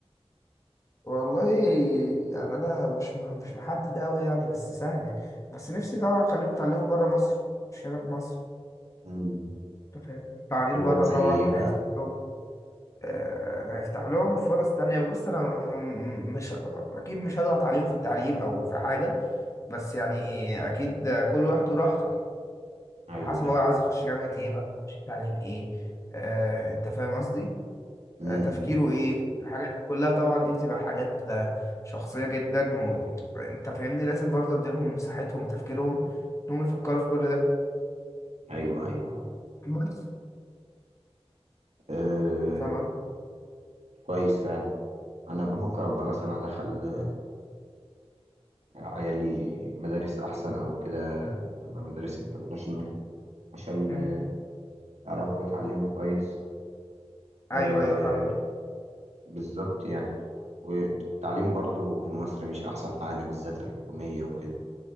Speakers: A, on the left; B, on the right.
A: والله يعني انا مش مح- مش محدد قوي يعني بس سهله بس نفسي طبعا اخليهم يتعلموا بره مصر مش هنا في مصر
B: مم.
A: انت فاهم التعليم
B: دول
A: بره
B: زي
A: طبعا
B: ايه بقى
A: هيفتح لهم آه، هيفتح لهم فرص تانية بص أنا م- مش أكيد مش هضغط عليهم في التعليم أو في حاجة بس يعني أكيد كل واحد وراحته
B: ايوه
A: على حسب
B: ايوه
A: هو عاوز يخش جامعة ايه بقى يخش تعليم ايه آه انت فاهم قصدي
B: مم.
A: آه تفكيره ايه الحاجات دي كلها طبعا دي بتبقى حاجات آه، شخصية جدا وانت فاهمني لازم برضه اديلهم مساحتهم وتفكيرهم انهم يفكروا في كل ده
B: ايوه ايوه
A: بس
B: أه
A: انت فاهم قصدي
B: كويس فعلا انا بفكر ابقى مثلا ادخل عيالي مدارس احسن او كده تبقى مدارس انترناشونال عشان
A: مم.
B: آه، يعرفوا يتعلموا كويس
A: ايوه
B: أه
A: ايوه فاهم
B: بالظبط يعني والتعليم برضو في مصر مش احسن حاجة بالذات الحكومية وكده